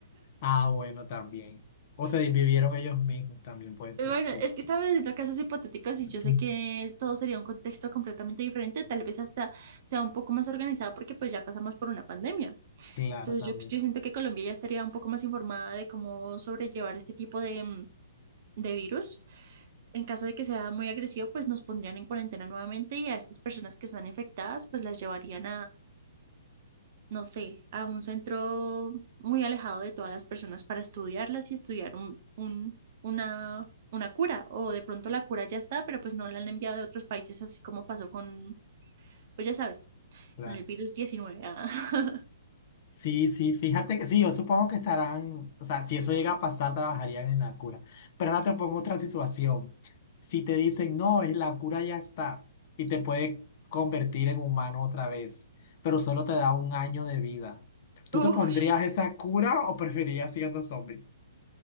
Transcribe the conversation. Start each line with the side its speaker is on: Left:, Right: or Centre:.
Left: Ah, bueno, también. O se desvivieron ellos mismos, también puede ser,
Right: Bueno,
Left: sí.
Right: es que estamos haciendo casos hipotéticos y
Left: <clears throat>
Right: yo sé que todo sería un contexto completamente diferente, tal vez hasta sea un poco más organizado porque pues ya pasamos por una pandemia.
Left: Claro,
Right: Entonces
Left: también.
Right: yo, yo siento que Colombia ya estaría un poco más informada de cómo sobrellevar este tipo de, mm, de virus. En caso de que sea muy agresivo, pues nos pondrían en cuarentena nuevamente y a estas personas que están infectadas, pues las llevarían no sé, a un centro muy alejado de todas las personas para estudiarlas y estudiar un, un- una, una cura. O de pronto la cura ya está, pero pues no la han enviado de otros países, así como pasó con, pues ya sabes,
Left: Claro.
Right: con el virus diecinueve ah.
Left: Sí, sí, fíjate que sí, yo supongo que estarán, o sea, si eso llega a pasar, trabajarían en la cura. Pero ahora te pongo otra situación. Si te dicen, no, es la cura ya está y te puede convertir en humano otra vez, pero solo te da un año de vida, ¿tú
Right: <laughs> Uf,
Left: te pondrías esa cura o preferirías siendo zombie?